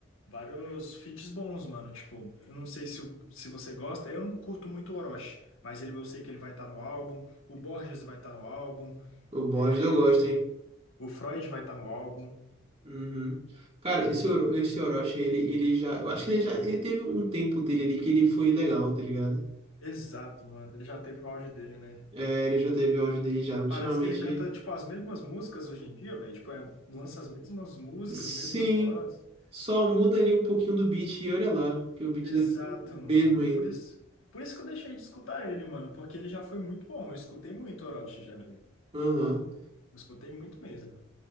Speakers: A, on the left; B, on the right.
A: vários feats bons, mano. Tipo, eu não sei se, o- se você gosta, eu não curto muito o Orochi, mas ele eu sei que ele vai estar no álbum, o Borges vai estar no álbum,
B: o Borges
A: é,
B: eu gosto, hein?
A: o Freud vai estar no álbum.
B: Uhum. Cara, esse, Oro- esse Orochi, ele, ele já, eu acho que ele já, ele teve um tempo dele ali que ele foi legal, tá ligado?
A: Exato, mano. Ele já teve o auge dele, né?
B: É, ele já teve áudio dele já, ultimamente,
A: Parece que ele canta, tipo, as mesmas músicas hoje em dia, velho. Tipo, é, lança as mesmas músicas,
B: sim,
A: mesmas vozes.
B: só muda ali um pouquinho do beat e olha lá, que o beat
A: Exato,
B: deve ser o
A: mano.
B: mesmo ainda.
A: Por isso, por isso que eu deixei de escutar ele, mano. Porque ele já foi muito bom. Eu escutei muito Orochi já, velho.
B: Aham.
A: Eu Escutei muito mesmo.